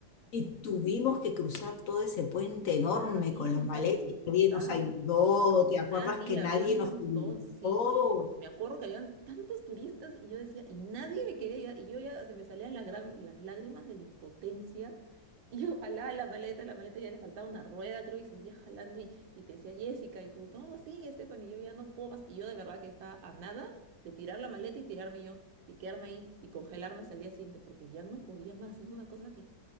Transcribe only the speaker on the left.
Y tuvimos que cruzar todo ese puente
enorme
con las
maletas
y nadie nos ayudó. ¿Te acuerdas
que nadie
nos
ayudó?